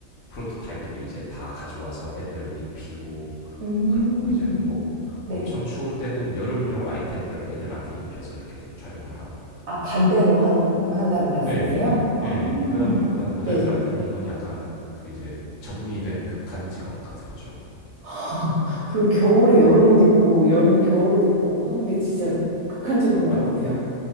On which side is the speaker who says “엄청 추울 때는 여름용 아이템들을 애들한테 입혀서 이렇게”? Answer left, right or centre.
Left